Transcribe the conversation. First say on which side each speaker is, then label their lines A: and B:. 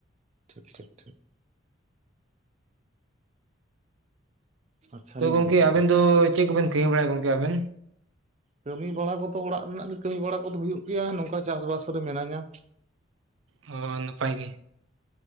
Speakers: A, on the right (about 35°); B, on the right (about 85°).
A: ᱴᱷᱤᱠ ᱴᱷᱤᱠ ᱴᱷᱤᱠ ᱟᱪᱪᱷᱟ
B: ᱛᱚ
A: ᱞᱤᱧ
B: ᱜᱚᱢᱠᱮ
A: ᱢᱮᱱᱫᱟ
B: ᱟᱵᱮᱱ ᱫᱚ ᱪᱮᱫ ᱠᱚᱵᱮᱱ ᱠᱟᱹᱢᱤ ᱵᱟᱲᱟᱭᱟ ᱜᱚᱢᱠᱮ ᱟᱵᱮᱱ?
A: ᱠᱟᱹᱢᱤ ᱵᱟᱲᱟ ᱠᱚᱫᱚ ᱚᱲᱟᱜ ᱨᱮᱱᱟᱜ ᱜᱮ ᱠᱟᱹᱢᱤ ᱵᱟᱲᱟ ᱠᱚᱫᱚ ᱦᱩᱭᱩᱜ ᱜᱮᱭᱟ ᱱᱚᱝᱠᱟ ᱪᱟᱥ ᱵᱟᱥ ᱨᱮ ᱢᱤᱱᱟᱹᱧᱟ ᱾
B: ᱦᱳᱭ ᱱᱟᱯᱟᱭ ᱜᱮ ᱾